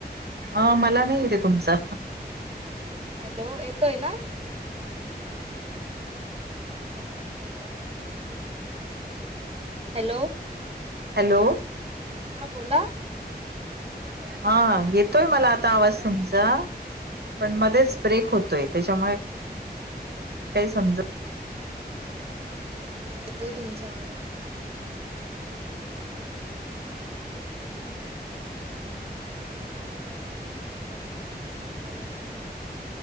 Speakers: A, on the right; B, on the right.
A: आ मला नाहीे येतेय तुमचं.
B: हॅलो येतोय ना. हेदो हॅलो. हॅलो.
A: हॅलो
B: हा बोला येतोय आवाज
A: हा येत तय मला आता आवाज तमचा
B: हा हा
A: पण मध्येच
B: येतोय मला
A: ब्रेक हो तोय त्याच्यामुळे काय समज
B: येतोय मला येतोय तुमचा आवाज. नाही म्हंटलं तेच पण मग आशवी घरीच असते ना मग घरात बसून पण कंटाला येतं ना.